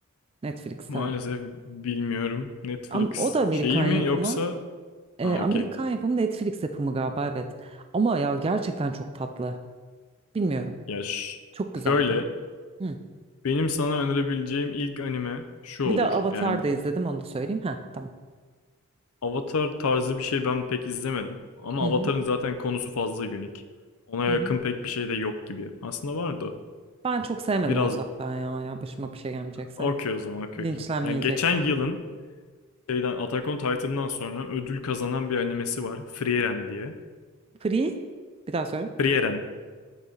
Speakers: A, on the right; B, on the left.
A: Netflix'te
B: Maalesef
A: var.
B: bilmiyorum. Netflix
A: Am- O da Amerikan
B: şeyi mi
A: yapımı.
B: yoksa...
A: E,
B: Ha
A: Amerikan
B: okey.
A: yapımı Netflix yapımı galiba evet. Ama ya gerçekten çok tatlı. Bilmiyorum.
B: Ya ş-
A: Çok
B: şöyle
A: güzeldi. Hı.
B: benim sana önerebileceğim ilk anime şu olur.
A: Bir de Avatar
B: Yani
A: da izledim onu da söyleyeyim. Ha tamam.
B: Avatar tarzı bir şey ben pek izlemedim. Ama
A: Hı
B: Avatar'ın
A: hı.
B: zaten konusu fazla unik. Ona
A: Hı
B: yakın
A: hı.
B: pek bir şey de yok gibi. Aslında vardı.
A: Ben çok sevmedim
B: Biraz
A: onu zaten ya. Ya başıma bir şey gelmeyecekse.
B: okey o zaman okey
A: Linçlenmeyecekse.
B: okey. Yani geçen yılın şeyden Attack on Titan'dan sonra ödül kazanan bir animesi var. Frieren diye.
A: Free. Bir daha söyle.
B: Frieren.